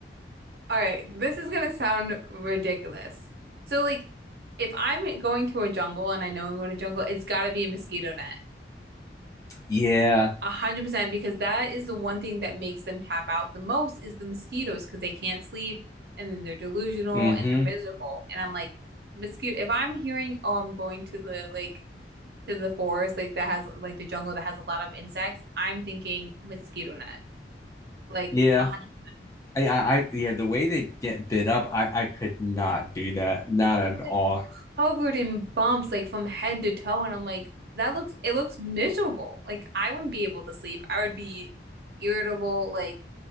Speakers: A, on the right (about 60°); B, on the left (about 20°).
A: All right, this is gonna sound ridiculous. So, like, if I'm going to a jungle and I know I'm going to jungle, it's gotta be a mosquito net.
B: Yeah.
A: A hundred percent, because that is the one thing that makes them tap out the most is the mosquitoes, because they can't sleep and then they're delusional
B: hmm
A: and they're miserable. And I'm like, mosquito. If I'm hearing, oh, I'm going to the like to the forest like that has like the jungle that has a lot of insects, I'm thinking mosquito net, like
B: Yeah.
A: a hundred.
B: I, I, I yeah, the way they get bid up, I, I could not do that. Not at
A: You're
B: all.
A: like covered in bumps, like from head to toe, and I'm like, that looks it looks miserable. Like I wouldn't be able to sleep. I would be irritable. Like